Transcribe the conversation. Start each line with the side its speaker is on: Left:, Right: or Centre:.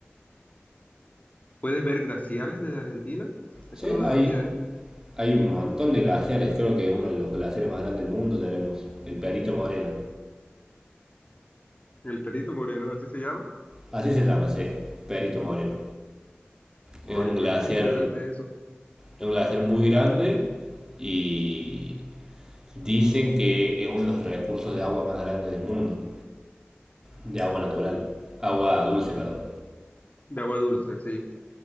Left: ¿Puedes ver glaciales desde Argentina? Eso
Right: Sí,
Left: no lo
Right: hay,
Left: sabía, ¿eh?
Right: hay un montón de glaciares, creo que uno de los glaciares más grandes del mundo tenemos, el Perito Moreno.
Left: El Perito Moreno, así se llama.
Right: Así se llama, sí, Perito Moreno.
Left: Oye,
Right: Es un glaciar,
Left: pues está interesante eso.
Right: es un glaciar muy grande y dicen que es uno de los recursos de agua más grandes del mundo. De agua natural. Agua dulce, perdón.
Left: De agua dulce, sí.